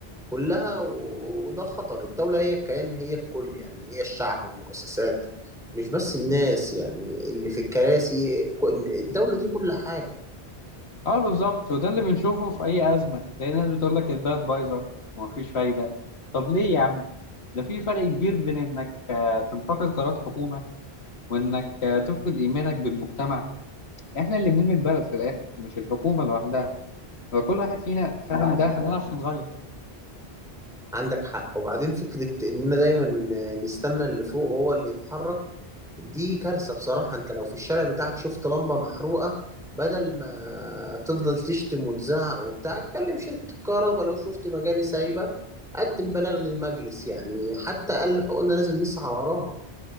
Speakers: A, in the centre; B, on the left (about 85°).
A: كلها و- وده خطر الدولة هي الكيان هي الكل يعني هي الشعب والمؤسسات مش بس الناس يعني اللي في الكراسي كل- الدولة دي كل حاجة
B: اه بالظبط وده اللي بنشوفه في اي ازمه تلاقي ناس بتقول لك البلد بايظه ومفيش فايده طب ليه يا عم ده في فرق كبير بين انك آه، تنتقد قرارات حكومه وانك آه، تفقد ايمانك بالمجتمع احنا اللي بنبني البلد في الاخر مش الحكومه لوحدها لو كل واحد فينا فاهم
A: عندك
B: ده هنعرف نتغير
A: عندك حق وبعدين فكرة إننا دايما نستنى اللي فوق هو اللي يتحرك دي كارثة بصراحة انت لو في الشارع بتاعك شفت لمبة محروقة بدل ما تفضل تشتم وتزعق وبتاع كلم شركة الكهرباء لو شفت مجاري سايبة قدم بلاغ للمجلس يعني حتى أقل حقوقنا لازم نسعى وراها